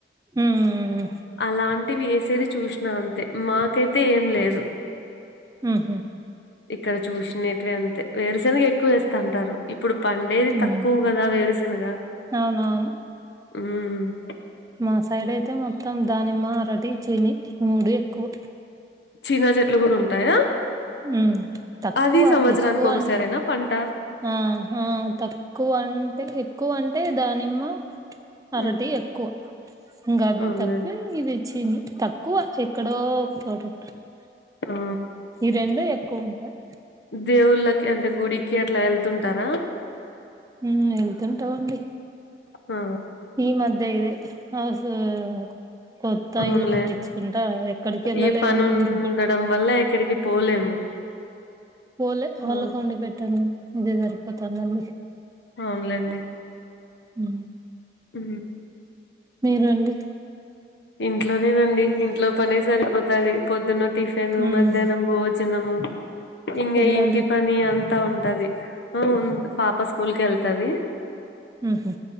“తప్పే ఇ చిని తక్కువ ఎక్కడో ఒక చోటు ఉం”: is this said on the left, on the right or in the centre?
Right